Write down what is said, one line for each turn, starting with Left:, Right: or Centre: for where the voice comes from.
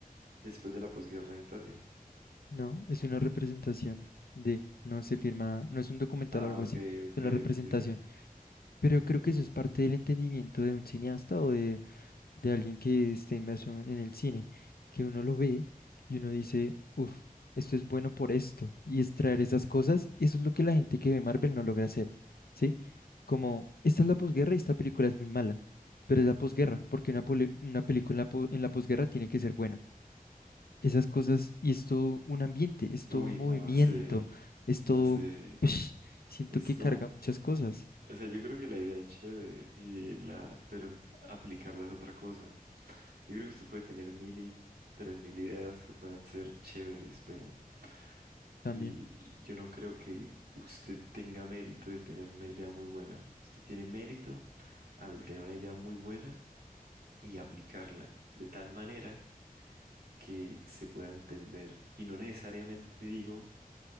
Right: después de la posguerra en Italia.
Left: No, es una representación de, no se firma, no es un documental
Right: Ah,
Left: o algo
Right: ok,
Left: así,
Right: ok,
Left: es una representación.
Right: ok.
Left: Pero creo que eso es parte del entendimiento de un cineasta o de, de alguien que esté inmerso en el cine, que uno lo ve y uno dice, uff, esto es bueno por esto, y extraer esas cosas, eso es lo que la gente que ve Marvel no logra hacer, ¿sí? Como, esta es la posguerra y esta película es muy mala, pero es la posguerra, porque una, poli- una película en la po- en la posguerra tiene que ser buena esas cosas y es todo un ambiente, es
Right: Uy,
Left: todo un movimiento,
Right: no sé,
Left: es
Right: no
Left: todo,
Right: sé,
Left: ush, siento
Right: es
Left: que
Right: como,
Left: carga muchas cosas
Right: o sea, yo creo que la idea es chévere y la, pero aplicarla es otra cosa. Yo creo que usted puede tener mil y tres mil ideas que puedan ser chéveres, pero
Left: también.
Right: l- yo no creo que usted tenga mérito de tener una idea muy buena. Usted tiene mérito al tener una idea muy buena y aplicarla de tal manera que se pueda entender. Y no necesariamente digo